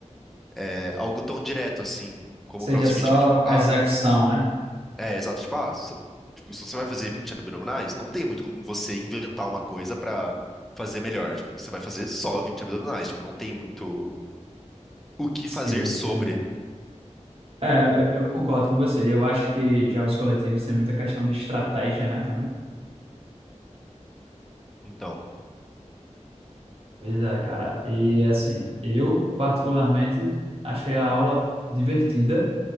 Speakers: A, in the centre; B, on the right.
A: É algo tão direto assim, como
B: Seja
A: o CrossFit,
B: só
A: que é tipo, ah,
B: execução, né?
A: é exato, tipo, ah, so- tipo, se você vai fazer 20 abdominais, não tem muito como você inventar uma coisa pra fazer melhor. Tipo, você vai fazer só 20 abdominais, tipo, não tem muito o que
B: Sim,
A: fazer sobre.
B: entendi. É, eu eu concordo com você. Eu acho que jogos coletivos tem muita questão de estratégia, né, também.
A: Então,
B: Pois é, cara. E assim, eu particularmente achei a aula divertida,